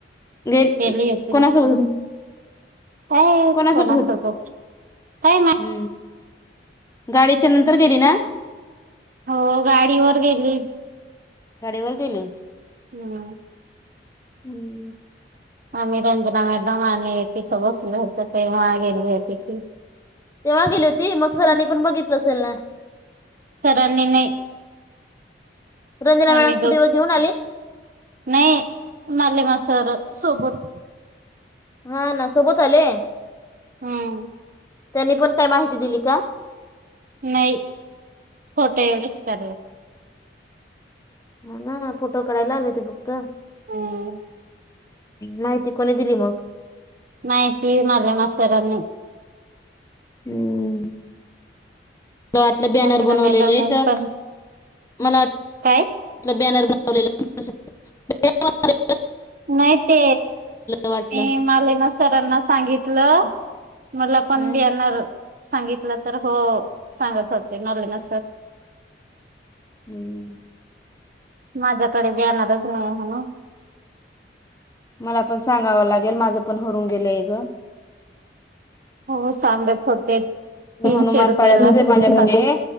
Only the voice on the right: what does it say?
गेली होते
काय
कोणा
सब काय मा
हो गाडीवर गेली
हम्म
आम्ही रंजना मॅडम आणि तिथं बसल होतं तेव्हा गेली आहे तिथे
सर न नाहीय
आम्ही
दोघ
नाही मले मासर सोबत
हम्म
नाही फोटं एवढेच करराज
हम्म
माहिती मला मा सरांनी
रंजना
मॅडम पण
काय
नाही ते,
मी माले ना सरांना सांगित लं मला
पण ब्याणर सांगितलं तर हो, सांगत होते <unintelligible> नसर
माझ्याकडे ब्याणारच नाही म्हणून
हो. सांगत होते तीनशे
रुपये
लागतील